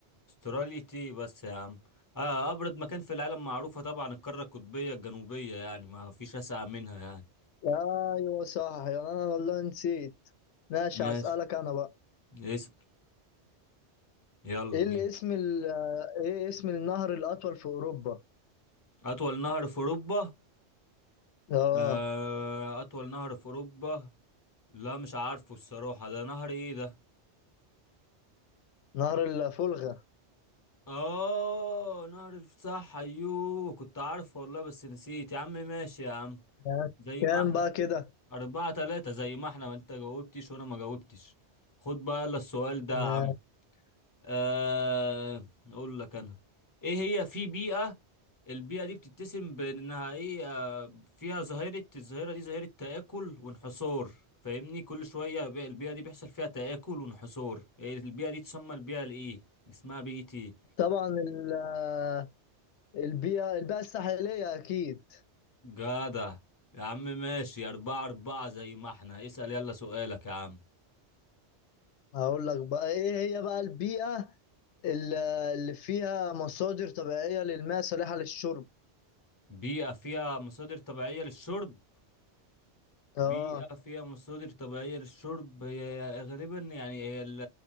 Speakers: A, on the left; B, on the left.
A: استراليا تي بس يا عم آه أبرد مكان في العالم معروفة طبعا القارة القطبية الجنوبية يعني ما فيش أسقع منها يعني
B: أيوة صح يعني أنا والله نسيت ماشي
A: ماشي
B: هسألك أنا بقى
A: اسأل يلا
B: إيه
A: بينا
B: الاسم ال... آه، إيه اسم النهر الأطول في أوروبا؟
A: أطول نهر في أوروبا
B: آه
A: آه أطول نهر في أوروبا لا مش عارفه الصراحة ده نهر إيه ده
B: نهر الفولغا
A: اه نهر الفتح ايوه كنت عارفه والله بس نسيت يا عم ماشي يا عم
B: ماشي.
A: زي
B: كام
A: ما احنا
B: بقى كده؟
A: اربعة تلاتة زي ما احنا وانت جاوبتش وانا ما جاوبتش خد بقى يلا السؤال ده يا
B: ماشي.
A: عم آه اقول لك انا ايه هي في بيئة البيئة دي بتتسم بانها ايه آه فيها ظاهرة الظاهرة دي ظاهرة تآكل وانحصار فاهمني كل شوية بي- البيئة دي بيحصل فيها تآكل وانحصار إيه البيئة دي تسمى البيئة الايه اسمها بيئة ايه
B: طبعا ال... آه، البيئة البيئة الساحلية أكيد
A: جدع يا عم ماشي أربعة أربعة زي ما احنا اسأل يلا سؤالك يا عم
B: هقول لك بقى إيه هي بقى البيئة ال- آه، اللي فيها مصادر طبيعية للماء صالحة للشرب؟
A: بيئة فيها مصادر طبيعية للشرب
B: آه
A: بيئة فيها مصادر طبيعية للشرب هي غالبا يعني هي ال-